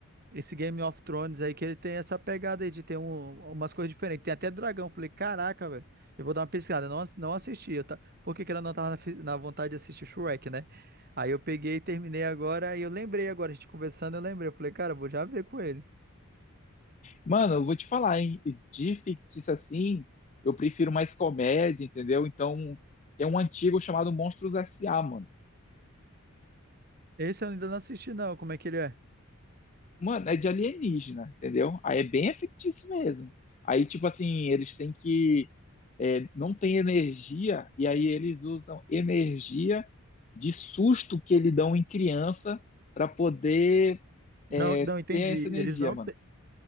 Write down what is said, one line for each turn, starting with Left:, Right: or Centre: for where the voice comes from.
Right: esse Game of Thrones aí, que ele tem essa pegada aí de ter um- umas coisas diferentes. Tem até dragão. Eu Falei, caraca, velho, eu vou dar uma pesquisada. Eu Não, ass- não assisti, eu tá... porque que ela não tava na, fi- na vontade de assistir Shrek, né? Aí eu peguei e terminei agora, e eu lembrei agora, a gente conversando, eu lembrei. Eu falei, cara, eu vou já ver com ele.
Left: Mano, eu vou te falar, hein? De fictício assim, eu prefiro mais comédia, entendeu? Então, tem um antigo chamado Monstros S.A., mano.
Right: Esse eu ainda não assisti, não, como é que ele é?
Left: Mano, é de alienígena, entendeu? Aí é bem fictício mesmo. Aí, tipo assim, eles têm que. é, não tem energia, e aí eles usam energia de susto que eles dão em criança para poder é,
Right: Não, não entendi.
Left: ter essa energia,
Right: Eles não
Left: mano.